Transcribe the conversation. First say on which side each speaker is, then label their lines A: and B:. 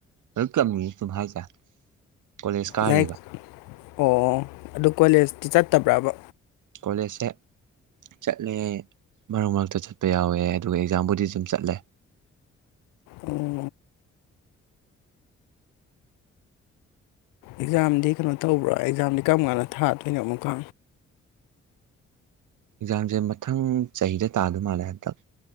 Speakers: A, on the right; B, on the left.
A: ꯑꯗꯨꯝ ꯇꯝꯃꯤ ꯑꯗꯨꯝ ꯍꯥꯏꯁꯦ ꯀꯣꯂꯦꯖ ꯀꯥꯔꯤꯕ
B: ꯂꯥꯏꯛ ꯑꯣ ꯑꯗꯨ ꯀꯣꯂꯦꯖꯇꯤ ꯆꯠꯇꯕ꯭ꯔꯕ
A: ꯀꯣꯂꯦꯖꯁꯦ ꯆꯠꯂꯦ ꯃꯔꯛ ꯃꯔꯛꯇ ꯆꯠꯄ ꯌꯥꯎꯋꯦ ꯑꯗꯨꯒ ꯑꯦꯛꯖꯥꯝꯕꯨꯗꯤ ꯁꯨꯝ ꯆꯠꯂꯦ
B: ꯎꯝ ꯑꯦꯛꯖꯥꯝꯗꯤ ꯀꯩꯅꯣ ꯇꯧꯕ꯭ꯔꯣ ꯑꯦꯛꯖꯥꯝꯗꯤ ꯀꯔꯝ ꯀꯥꯟꯗ ꯊꯥꯗꯣꯏꯅꯣ ꯑꯃꯨꯛꯀ
A: ꯑꯦꯛꯖꯥꯝꯖꯦ ꯃꯊꯪ ꯆꯍꯤꯗ ꯇꯗꯧ ꯃꯥꯜꯂꯦ ꯍꯟꯗꯛ